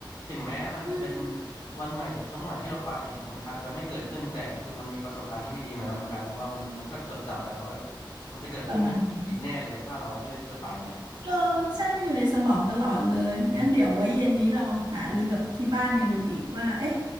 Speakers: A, on the left; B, on the right.
A: ถึงแม้มันเป็น
B: อืม
A: วันใหม่หรือครั้งใหม่ที่เราไปเนี่ยมันอาจจะไม่เกิดขึ้นแต่คือมันมีประสบการณ์ที่ไม่ดีมาแล้วมันกลายเป็นว่ามันมันก็จดจำไปแล้วแบบมันจะเกิดขึ้นอีกแน่เลยถ้าเราเลือกที่จะไปเนี่ย
B: ประมาณนั้น เออใช่มันอยู่ในสมองตลอดเลยงั้นเดี๋ยวไว้เย็นนี้ลองหารือกับที่บ้านกันดูอีกว่าเอ๊ะ